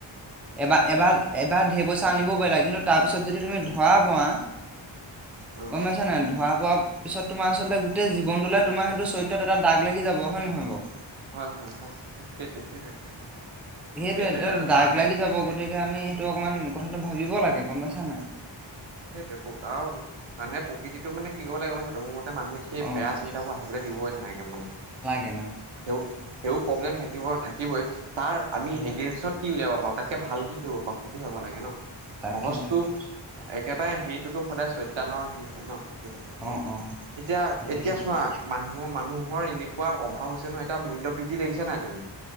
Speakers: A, in the centre; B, on the right (about 70°).
A: এবা এবাঅত এবাঅত ঢে পইচা আনিবও পাৰিলা কিন্তু তা পিছত যদি তুমি ধআ পআ
B: উম
A: গম পাইছা নাই ধআ পআ পিছত তোমা আচলতে গোটে জীৱনটোলে তোমা সেইটো চইত্ৰত এটা দাগ লাগি যাব হয় নহয় বাও
B: হয় হয় হয় উম সেটোৱে সেটোৱে কথা <unintelligible>
A: সেইটোৱে
B: সেটোৱে
A: এটা
B: <unintelligible>
A: <unintelligible> গতিকে আমি সেটো অকমান কথাটো ভাবিব লাগে গম পাইছা নাই
B: সেটোৱে প আঅ, মানুহে পকিতিটো মানে কি কইব লাগে গম পাইছা <unintelligible> মতে মানুহে শি সেই
A: অ'
B: বেয়া চিন্তাবো আহিবলে দিবই নাগে মনত।
A: <unintelligible> লাগে
B: সেবো সেবো পব্লেম থাকিব থাকিবই তাৰ আমি
A: হয়।
B: এগেইনষ্টত কি উলিয়াব পাৰো তাতকে ভাল কি কইব পাও সেইটো হ'ব লাগে ন
A: তাকে
B: সহজটো
A: তাকে।
B: একেবাৰে হেইটোতো সদায় চৈত্ৰানৰ হেৰি হয় ন
A: অ
B: <unintelligible>
A: অ
B: এতিয়া
A: সেইটো
B: এতিয়া
A: হয়
B: চোৱা
A: বাৰু।
B: মানুহ মানুহৰ এনেকুৱা অভাৱ হৈছে নহয় এটা মূল্য বৃদ্ধি দেখিছা নাই তুমি